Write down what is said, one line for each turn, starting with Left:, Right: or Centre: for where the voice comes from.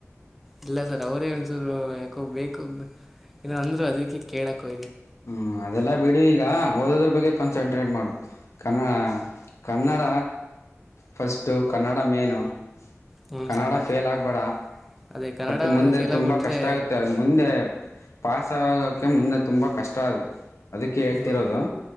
Centre: ಇಲ್ಲ ಸರ್ ಅವರೇ ಒಂದಸೂರು ಯಾಕೋ ಬೇಕು ಏನ ಅಂದ್ರು ಅದಕ್ಕೆ ಕೇಳಕ್ಕೊ
Left: ಹ್ಮ್ ಅದೆಲ್ಲಾ ಬಿಡು ಈಗ ಓದೋದ್ರ ಬಗ್ಗೆ ಕ ಚಂಟ್ರೇಟ್ ಮಾಡು ಕನ್ನ ಕನ್ನಡ ಫಸ್ಟು ಕನ್ನಡ ಮೇನು
Centre: ಹ್ಞೂ
Left: ಕನ್ನಡ
Centre: ಸರ್ ಹ್ಞೂ
Left: ಫೇಲ್
Centre: ಸರ್
Left: ಆಗ್ಬೇಡ
Centre: ಅದೇ ಕನ್ನಡ
Left: ಮತ್ತೆ ಮುಂದೆ
Centre: ಫೇಲ್
Left: ತುಂಬಾ
Centre: ಆಗಿಬಿಟ್ರೆ
Left: ಕಷ್ಟ ಆಗುತ್ತೆ ಅ ಮುಂದೆ ಪಾಸಾಗೋಕ್ಕೆ ಮುಂದೆ ತುಂಬ ಕಷ್ಟ ಅದು ಅದಕ್ಕೆ ಹೇಳ್ತಿರೋದು
Centre: ಹ್ಞೂ